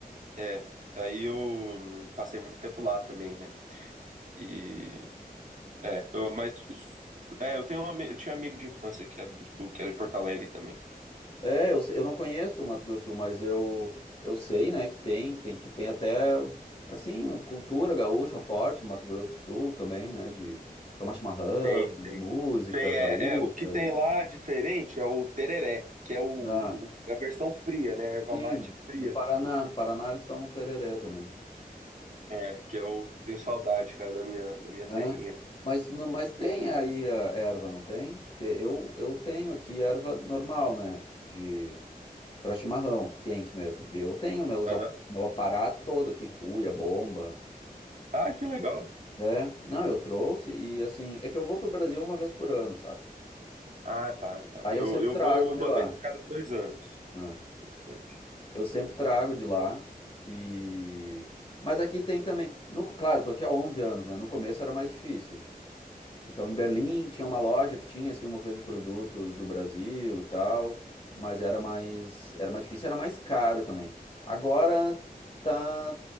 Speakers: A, on the right (about 55°); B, on the left (about 35°).
A: É, aí eu hum, passei muito tempo lá também, né? E É, eu- mas os- é, eu tenho um, ami- eu tinha um amigo de infância que era do Sul, que era de Porto Alegre também.
B: É, eu, sei- eu não conheço o Mato Grosso do Sul, mas eu, eu sei, né, que tem, tem, que tem até, assim, cultura gaúcha forte no Mato Grosso do Sul também, né, de tomar chimarrão,
A: Tem,
B: música
A: tem. Tem, é,
B: gaúcha,
A: é, o que tem lá diferente é o tereré, que é o,
B: né,
A: o- a versão fria, né? Erva
B: sim,
A: mate fria.
B: do Paraná, no Paraná eles tomam tereré também,
A: É, que eu tenho saudade, cara, da minha, da minha
B: né,
A: terrinha.
B: mas, no- mas tem
A: Meu tempo.
B: aí a erva, não tem? Porque eu, eu tenho aqui erva normal, né, de, pra chimarrão, quente mesmo, eu tenho meus,
A: Aham.
B: ap- meu aparato todo aqui, cuia, bomba...
A: Ah, que legal.
B: É, não, eu trouxe e assim, é que eu vou pro Brasil uma vez por ano, sabe?
A: Ah, tá, tá.
B: Aí
A: Eu,
B: eu sempre
A: eu
B: trago
A: vou
B: de
A: uma
B: lá,
A: vez a cada dois anos.
B: né?
A: Gente.
B: Eu sempre trago de lá e... Mas aqui tem também, no, claro, tô aqui há 11 anos, né? No começo era mais difícil, Então, em Berlim tinha uma loja que tinha assim uma oferta de produtos do Brasil e tal, mas era mais era mais difícil, era mais caro também. Agora tá